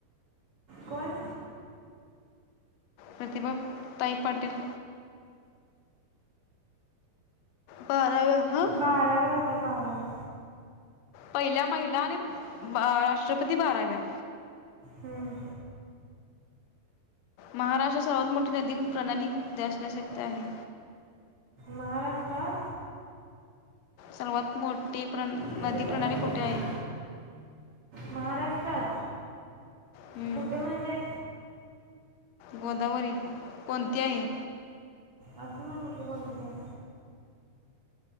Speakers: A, on the right; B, on the left.
A: कोण?
B: प्रतिभा ताई पाटील. बाराव्या हां
A: बाराव्या होत. त्या बाराव्या.
B: पहिल्या, महिला आणि राष्ट्रपती बाराव्या.
A: हम्म,
B: महाराष्ट्रात सर्वात मोठी नदी प्रणाली डॅश डॅश येथे आहे.
A: महाराष्ट्रात
B: सर्वात मोठी प्रण
A: लई
B: नदी
A: डास
B: प्रणाली
A: गं.
B: कुठे आहे?
A: महाराष्ट्रात
B: हम्म,
A: कुठं म्हणजे?
B: गोदावरी कोणती आहे?
A: अस म्हण कि कोणतं.